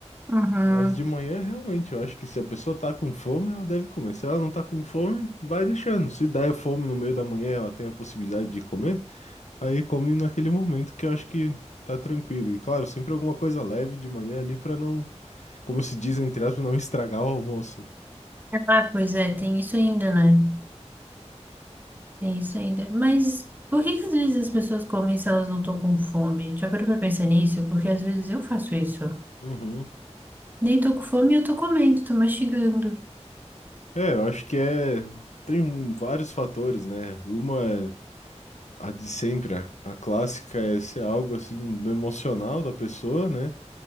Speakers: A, on the right; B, on the left.
A: Uhum.
B: Mas de manhã, realmente, eu acho que se a pessoa tá com fome, ela deve comer. Se ela não tá com fome, vai deixando. Se der fome no meio da manhã, ela tem a possibilidade de comer. Aí come naquele momento que eu acho que tá tranquilo. E claro, sempre alguma coisa leve de manhã ali pra não, como se diz entre aspas, não estragar o almoço.
A: Ah, pois é, tem isso ainda, né? Tem isso ainda. Mas por que que às vezes as pessoas comem se elas não estão com fome? Já parou pra pensar nisso? Porque às vezes eu faço isso.
B: Uhum.
A: Nem tô com fome e eu tô comendo, tô mastigando.
B: É, eu acho que é. Tem vários fatores, né? Uma é a de sempre, a, a clássica é ser algo assim do emocional da pessoa, né?